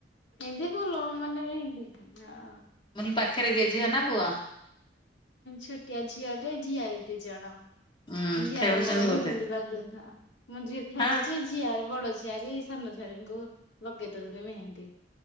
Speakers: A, on the left; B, on the left.
A: ହେନ୍ତି ଭଲ ମାନେ ହେନ୍ତି ହଁ।
B: ମ ପାଖରେ କିଏ ଝିଅ ନା ପୁଅ?
A: ଛୋଟିଆ ଝିଅଟେ ଝିଆରି ଦି ଜଣ।
B: ହୁଁ
A: ଝିଅର
B: ଖେଳୁଛନ୍ତି
A: ମୋର୍
B: ବୋଧେ
A: ମେହେନ୍ଦୀ ଲଗେ ବା ମୁଁ ଝିଅ ଖେଳୁଛି
B: ହଁ
A: ମୋ ଝିଆରୀ ବଡ଼ ଝିଆରି ସାନ ଝିଆରୀଙ୍କୁ ଲଗେଇ ଦେଉଛନ୍ତି ମେହେନ୍ଦୀ।